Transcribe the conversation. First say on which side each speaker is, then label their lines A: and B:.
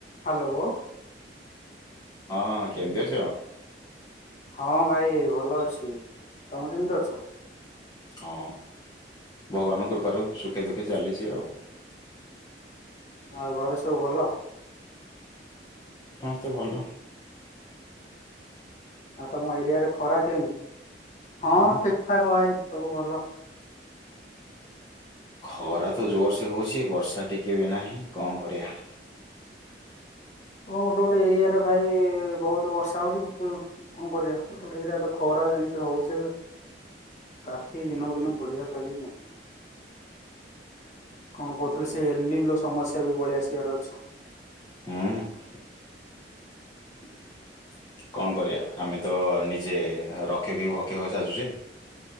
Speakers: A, on the left; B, on the left.
A: Hello
B: ହଁ କେମିତି ଅଛ?
A: ହଁ ଭାଇ ଭଲ ଅଛି, ତମେ କେମିତି ଅଛ?
B: ହଁ ଭଗବାନଙ୍କ କୃପାରୁ ସୁଖେ ଦୁଃଖେ ଚାଲିଛି ଆଉ।
A: ଆଉ ଘରେ ସ ସବୁ ଭଲ।
B: ତ ଭଲ।
A: ଆଉ ତମ ଏରିଆରେ ଖରା କେମତି? ହଁ
B: ହୁଁ
A: ଠିକ ଠାକ ଭାଇ। ସବୁ ଭଲ।
B: ଖରା ତ ଜୋର ସେ ହଉଛି, ବର୍ଷା ଟିକେ ବି ନାହିଁ କଣ କରିବା।
A: ଓ ଗୋଟେ ଗୋଟେ ଏରିଆରେ ଭାଇ ବହୁତ ବର୍ଷା ହଉଛି କିନ୍ତୁ କଣ କରିବା ଗୋଟେ ଗୋଟେ ଏରିଆ ତ ଖରା ଯେମିତି ହଉଚି ଏବେ ତାତି ଦିନକୁ ଦିନ ବଢିବାରେ ଲାଗିଛି କଣ କହୁଥିଲେ ସେ ସମସ୍ୟା ବି ପଳେଇ ଆସିବାର ଅଛି।
B: ହଁ।
A: <unintelligible>
B: କଣ କରିବା ଆମେ ତ ନିଜେ ରଖିକି ଭକ୍ଷକ ସାଜୁଛେ।